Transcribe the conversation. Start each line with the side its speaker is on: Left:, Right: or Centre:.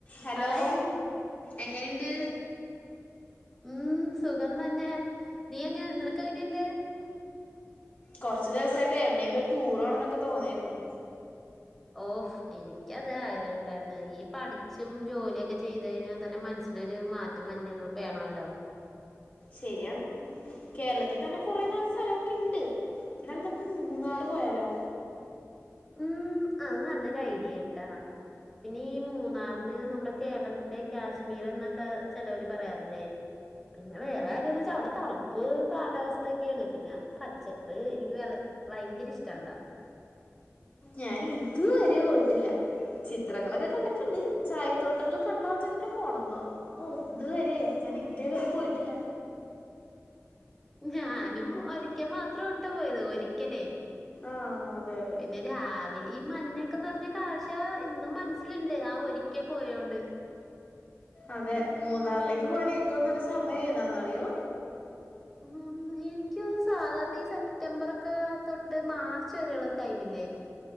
Left: Hello
Centre: hi
Left: എങ്ങനെണ്ട്
Centre: ഉം സുഖം തന്നെ. നീ എങ്ങനെ നിനക്കെങ്ങനെണ്ട്.
Left: കൊറ്ച്ച് ദെവസായിട്ട് എവിടെയെങ്കിലും ഒരു ടൂറോണെന്നൊക്കെ തോന്നിയിരുന്ന്.
Centre: ഓഫ് എനിക്കത് ആഗ്രഹം ഉണ്ടായിരുന്ന് ഈ പഠിച്ചും ജോല്യക്കെ ചെയ്തഴിഞ്ഞാ തന്നെ മനസ് നൊരു മാറ്റം വഞ് വേണോലോ
Left: ശരിയാണ് കേരളത്തിതന്നെ കൊറെ നാല് സലൊക്കെണ്ട് ഇന്നാലും നമുക്ക് മൂന്നാറ് പോയാലാ
Centre: ഉം അത് നല്ലൊരു ഐഡ്യേണ് ട്ടോ പിന്നെ ഈ മൂന്നാറിന് നമ്മടെ കേരളത്തിന്റെ കാശ്മീറെന്നൊക്കെ ചെലോവർ പറയാറില്ലേ പിന്നെ വേറെ കാര്യംന്ന് വെച്ചാ അവിടെ തണുപ്പ് കാലാവസ്ഥക്ക്യേണ്. പിന്ന പച്ചപ്പ് എനിക്ക് വല്യ വയങ്കര ഇഷ്ട്ടാണ്ടാ
Left: ഞാനി ഇതുവരെ പോയിട്ടില്ല. ചിത്രങ്ങളൊക്കെ കണ്ടിട്ട്ണ്ട്. ചായത്തോട്ടങ്ങൾ കണ്ടാത്തന്നെ പോണംന്ന് തോന്നും ഓഹ് ഇത് വരെ ഞാൻ ഇതേവരെ പോയിട്ട്ല്ല.
Centre: ഞാനും ഒരിക്കെ മാത്രാണ് ട്ടോ പോയത് ഒരിക്കലേ
Left: ആഹ് അതെ അതെ
Centre: പിന്നെ രാവിലിം മഞ്ഞൊക്കെന്ന് നെറ്ഞ്ഞ കാഴ്ചോ ഇന്നും മൻസ്സിൽ ഇണ്ട് ആഹ് ഒരിക്കെ പോയോണ്ട്.
Left: അതെ മൂന്നാറിലേക്ക് പോകാൻ ഏറ്റവും നല്ല സമയം ഏതാന്നറിയോ?
Centre: ഉം എനിക്ക് സാധാരണ ഈ സെപ്റ്റംബറൊക്കെ തൊട്ട് മാർച്ച് വരെയുള്ള ടൈമില്ലേ